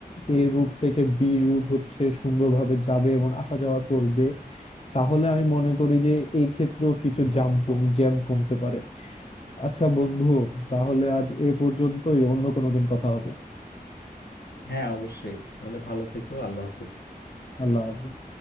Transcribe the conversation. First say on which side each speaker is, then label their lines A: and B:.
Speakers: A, on the left (about 40°); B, on the left (about 80°).
A: এ রুট থেকে বি রুট হচ্ছে সুন্দরভাবে যাবে এবং আসা যাওয়া করবে তাহলে আমি মনে করি যে এই ক্ষেত্রেও কিছু জ্যাম জ্যাম কমতে পারে আচ্ছা বন্ধু তাহলে আজ এ পর্যন্তই অন্য কোনো দিন কথা হবে
B: হ্যাঁ অবশ্যই তাহলে ভালো থেকো আল্লাহ হাফেজ
A: আল্লাহ হাফেজ